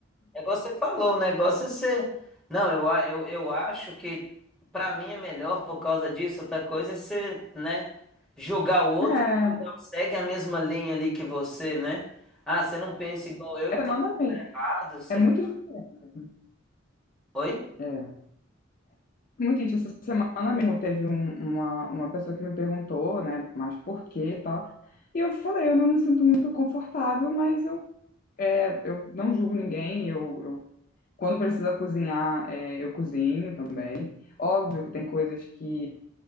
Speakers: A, in the centre; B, on the left (about 45°).
A: É igual você falou, o negócio é ser. Não, eu, a- eu, eu acho que pra mim é melhor por causa disso, outra coisa é ser, né? julgar o outro
B: É,
A: segue a mesma linha ali que você, né? Ah, você não pensa igual eu,
B: é,
A: então
B: manda
A: tá
B: bem.
A: errado, você
B: É muito
A: vai.
B: diferente.
A: Oi?
B: É. Muito gente, essa Ah, mesmo teve um- uma, uma pessoa que me perguntou, né, mas por quê e tal. E eu falei, eu não me sinto muito confortável, mas eu, é, eu não julgo ninguém, eu, eu- quando precisa cozinhar, é, eu cozinho também. Óbvio que tem coisas que